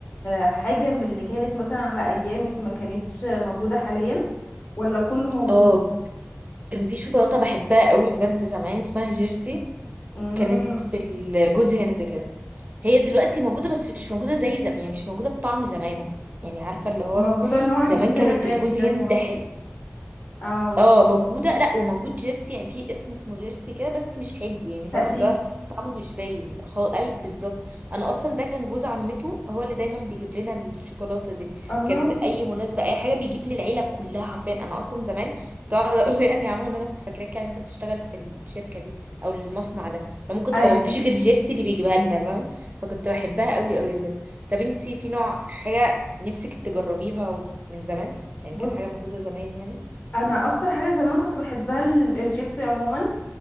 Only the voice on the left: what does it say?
حاجة من اللي كانت مثلا على ايامك ما كانتش موجودة حاليا ولا كله موجود
امم
موجودة النوع الجديد
الغالي
ده
اللي هو
اه
تقليد
الله
<laughs> ايوه
بص
انا اكتر حاجه زمان كنت بحبها ال- الشيبسي عموما